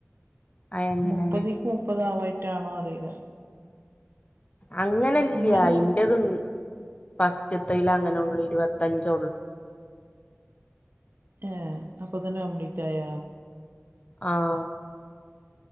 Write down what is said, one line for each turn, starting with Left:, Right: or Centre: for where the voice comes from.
Left: അയ് അങ്ങനെ
Right: മുപ്പതിക്ക് മുപ്പത ആവായിട്ടാണോ അറിയില്ല
Left: അങ്ങനല്ല്യ
Right: അങ്ങനെ
Left: അയിന്റേത് ഫസ്റ്റതേല് അങ്ങനെ ഉള്ളൂ ഇരുപത്തഞ്ചള്ളൂ
Right: ആഹ് അപ്പൊ തന്നെ കംപ്ലീറ്റ് ആയ
Left: ആഹ്